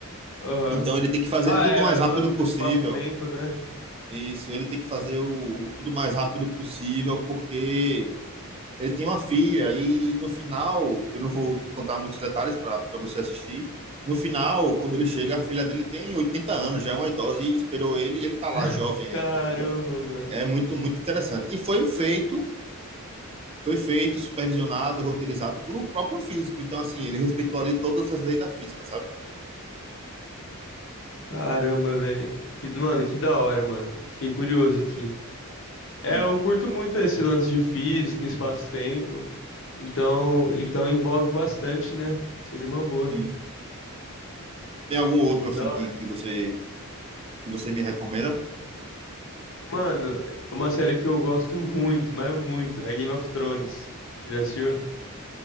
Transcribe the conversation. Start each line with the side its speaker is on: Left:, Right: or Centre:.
Left: Aham.
Right: Então ele tem que fazer
Left: Ah,
Right: tudo
Left: é.
Right: o mais rápido
Left: O lance
Right: possível.
Left: do espaço-tempo, né?
Right: Isso, ele tem que fazer o, o tudo mais rápido possível, porque Ele tem uma filha e no final, eu não vou contar muitos detalhes para você assistir. No final, quando ele chega, a filha dele tem 80 anos, já é uma idosa e esperou ele e ele tá lá
Left: <laughs>
Right: jovem ainda,
Left: Caramba,
Right: entendeu?
Left: mano.
Right: É muito muito interessante. E foi feito, foi feito, supervisionado, roteirizado por um próprio físico. Então assim, ele respeitou ali todas as leis da física, sabe?
Left: Caramba, velho. Mano, que da hora, mano. Fiquei curioso aqui.
Right: Sim,
Left: É, eu
Right: sim.
Left: curto muito esse lance de física, espaço-tempo. Então, então envolve bastante, né? Seria uma boa.
Right: sim. Tem algum outro
Left: Pô,
Right: assim
Left: da
Right: que,
Left: hora.
Right: que você que você me recomenda?
Left: Mano, uma série que eu gosto muito, mas muito, é Game of Thrones. Já assistiu?